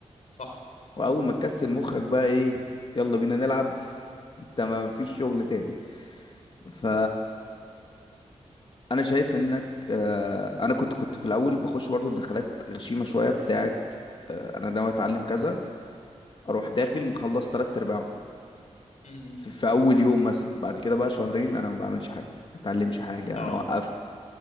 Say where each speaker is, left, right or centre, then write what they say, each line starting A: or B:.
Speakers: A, on the left; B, on the left.
A: صح
B: واول ما تكسل مخك بقى ايه يلا بينا نلعب <laughs> انت ما فيش شغل تاني ف انا شايف انك آه، انا كنت كنت في الاول بخش برضو دخلات غشيمة شوية بتاعت آه، انا ناوي اتعلم كذا اروح داخل مخلص ثلاث ارباعه
A: امم
B: في, في اول يوم مثلا بعد كده بقى شهرين انا ما بعملش حاجه ما اتعلمش حاجه
A: اه
B: انا وقفت